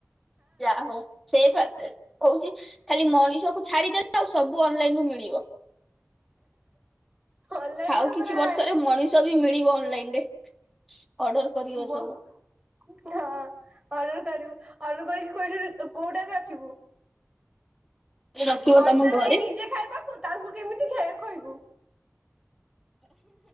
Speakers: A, in the centre; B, on the right.
A: ଯାହୋଉ ସେ ପା। କୋହୁଚି ଖାଲି ମଣିଷ କ ଛାଡିଦଲେ ଆଉ ସବୁ ଅନଲାଇନ୍ ରୁ ମିଳିବ।
B: ଅନଲାଇନରେ
A: ଆଉ କିଛି
B: ପୁରା
A: ବର୍ଷରେ ମଣିଷ ବି ମିଳିବ ଅନଲାଇନ୍ ରେ। ଅର୍ଡର କରିବ
B: ମ
A: ସବୁ।
B: ହଁ। ଅର୍ଡର କରିବୁ ଅର୍ଡର କରିକି କୋଉଠି କୋଉଟାରେ ରଖିବୁ?
A: ରଖିବ
B: ପଇସା
A: ତମ ଘରେ
B: ନାହିଁ ନିଜେ ଖାଇବାକୁୁ ତାଙ୍କୁ କେମିତି ଖାଏ-ଖୋଇବୁ?